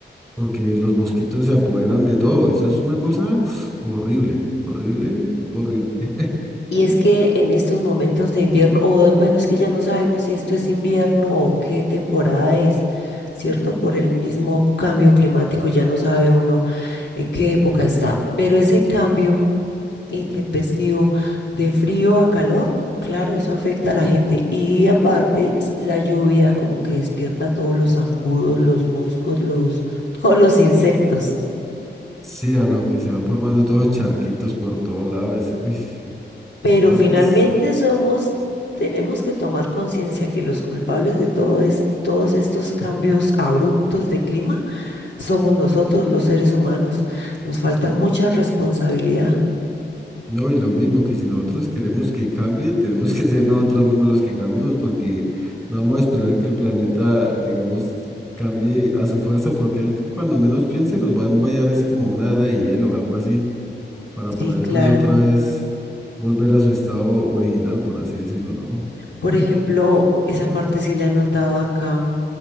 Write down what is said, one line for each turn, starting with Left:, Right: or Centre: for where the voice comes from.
Centre: porque los mosquitos se apoderan de todo. Eso es una cosa horrible, horrible, horrible. <laughs>
Left: Y es que en estos momentos de invierno, o bueno, es que ya no sabemos si esto es invierno o qué temporada es, ¿cierto? Por el mismo cambio climático, ya no sabe uno en qué época está. Pero ese cambio intempestivo de frío a calor, claro, eso afecta a la gente. Y aparte, s- la lluvia como que despierta a todos los zancudos, los moscos, los, <laughs> todos los insectos.
Centre: Sí, a lo que se van formando todos los charquitos por todo lado. Es, uy,
Left: Pero
Centre: es,
Left: finalmente
Centre: es,
Left: somos, tenemos que tomar conciencia que los culpables de todo es, todos estos cambios abruptos de clima somos nosotros, los seres humanos. Nos falta mucha responsabilidad.
Centre: no, y lo mismo que si nosotros queremos que cambie, tenemos que ser nosotros mismos los que cambiemos, porque no vamos a esperar que el planeta, digamos, cambie a su fuerza, porque él, cuando menos piense, nos va a enviar es como a una era de hielo o algo así, para
Left: Sí,
Centre: poder,
Left: claro.
Centre: pues, otra vez volver a su estado original, por así decirlo, ¿no?
Left: Por ejemplo, esa parte sí la notaba acá